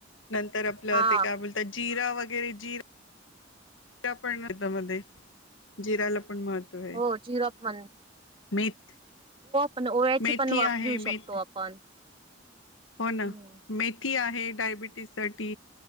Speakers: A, on the left (about 80°); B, on the right (about 30°).
A: नंतर आपलं
B: हा
A: ते काय बोलतात जिरा वगैरे जिरा प म जिराला पण महत्त्व आहे.
B: हो झिरोप म्हण
A: मेथ
B: पण ओळ्याची
A: मेथी
B: पण वाप
A: आहे
B: घेऊ शकतो
A: मेथी
B: आपण
A: हो ना
B: हम्म
A: मेथी आहे डायबिटीस साठी